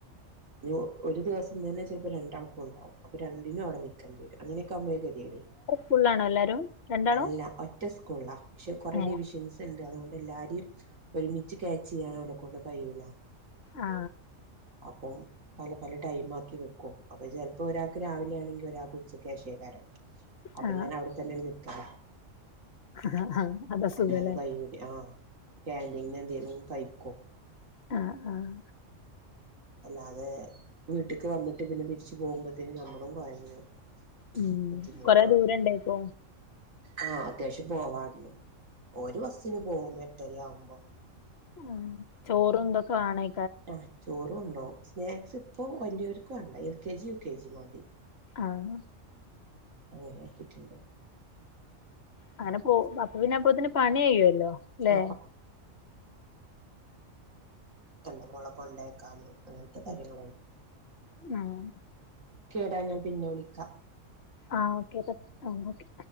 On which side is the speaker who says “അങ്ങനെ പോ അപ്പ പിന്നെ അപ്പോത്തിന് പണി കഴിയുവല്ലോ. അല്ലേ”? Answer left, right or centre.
Left